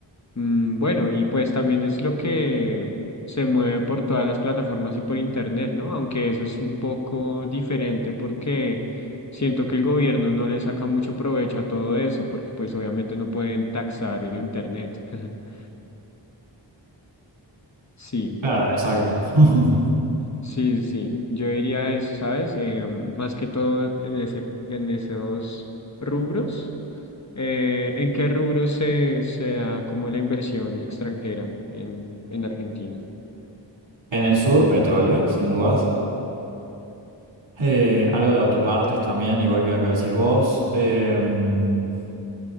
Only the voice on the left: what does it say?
Mm, bueno, y pues también es lo que se mueve por todas las plataformas y por internet, ¿no? Aunque eso es un poco diferente porque siento que el gobierno no le saca mucho provecho a todo eso porque pues obviamente no pueden taxar el internet. <laughs> Sí.
Sí, sí, sí. yo diría eso, ¿sabes? Eh, más que todo en ese, en esos rubros. Eh, ¿en qué rubros se, se da como la inversión extranjera en, en Argentina?